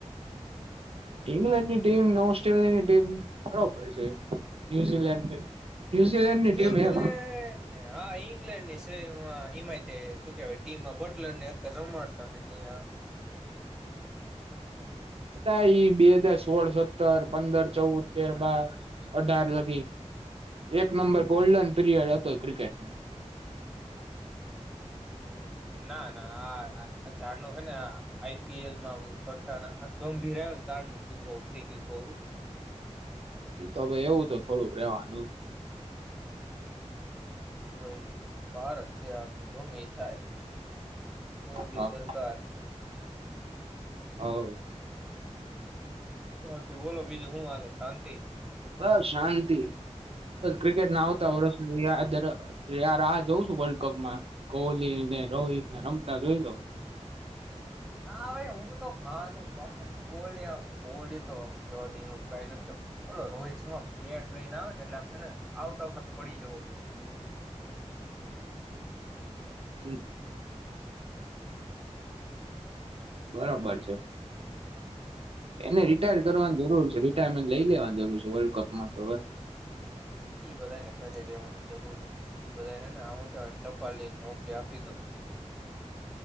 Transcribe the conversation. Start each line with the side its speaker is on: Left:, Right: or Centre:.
Right: ઈંગ્લેન્ડ ની ટીમ, ઓસ્ટ્રેલિયાની ટીમ, બરોબર છે. ન્યુઝીલેન્ડ ન્યુઝીલેન્ડની ટીમ
Centre: ઇંગ્લેન્ડને
Right: હે
Centre: હા ઇંગ્લેન્ડ ની સે એમાં, એમાંય તે શું કેવાય ટીમમાં બટલર ને અત્યારે રમાડતા નહી. આ
Right: અતા ઈ બે હજાર સોળ, સત્તર, પંદર, ચૌદ, તેર, બાર, અઢાર લગી એક નંબર ગોલ્ડન પીરિયડ હતો ક્રિકેટમાં.
Centre: હમ ના ના આ ચારનું છે ને, આઈ પી એલમાં બધું સટા, આ ગંભીર આવ્યું ને તારનું બધું થઈ ગયું થરું.
Right: એ તો ભાઈ એવું તો, થોડુંક રેવાનું.
Centre: ભાઈ પાર છે આ તો ગમે ઈ થાય. મોદી
Right: હા.
Centre: સરકાર
Right: હોઉ
Centre: ઓકે બોલો બીજુ હું હાલે? શાંતિ
Right: બસ શાંતિ બસ ક્રિકેટ ના આવતા
Centre: નો
Right: વરષ નુ યાર યાર આ જોઉં છું, વર્લ્ડ કપમાં કોહલી ને, રોહિત ને, રમતા જોઈ લો.
Centre: ના આવે હું તો માનું આમ હુ કે કોહલી કોહલી તો જોવા દઈ એનુ તો કઈ નથી, ઓલો રોહિત શર્મા બેટ લઈને આવેને એટલે આને આવતા આવતા પડી જવો જોઈએ.
Right: ક <inaudible> બરાબર છે! એને રિટાયર્ર
Centre: હમ
Right: કરવાની જરૂર છે. રિટાયરમેન્ટ લઈ લેવાની જરૂર છે વર્લ્ડ કપમાં હવે
Centre: એ બધાને ઘરે રેવાની જરૂર છે. એ બધાને હું કે ટપાલી ની નોકરી આપી દો.